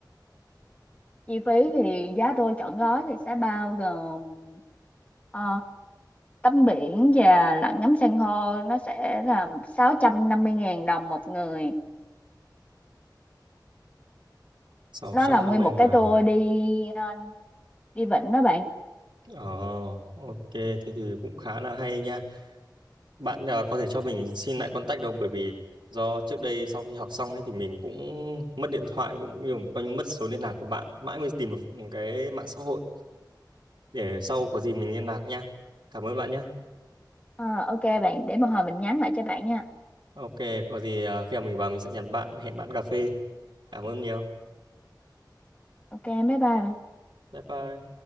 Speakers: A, on the left (about 20°); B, on the right (about 80°).
A: Chi phí thì giá tour trọn gói thì sẽ bao gồm ờ, tắm biển và lặn ngắm san hô nó sẽ là sáu trăm năm mươi ngàn đồng một người.
B: Sáu
A: Nó
B: trăm
A: là nguyên
B: năm mươi
A: một
B: ngàn.
A: cái tour đi ờ, đi vịnh đó bạn.
B: Ồ, ok, thế thì cũng khá là hay nha. Bạn ờ, có thể cho mình xin lại contact đâu bởi vì do trước đây sau khi học xong ấy thì mình cũng mất điện thoại cũng nhiều coi như mất số liên lạc của bạn mãi mới tìm được cái mạng xã hội để sau có gì mình liên lạc nha. Cảm ơn bạn nhé.
A: Ờ, ok bạn, để một hồi mình nhắn lại cho bạn nha.
B: Ok, có gì ờ, khi nào mình vào mình sẽ nhắn bạn hẹn bạn cà phê. Cảm ơn nhiều.
A: Ok, bye bye. bạn.
B: Bye bye.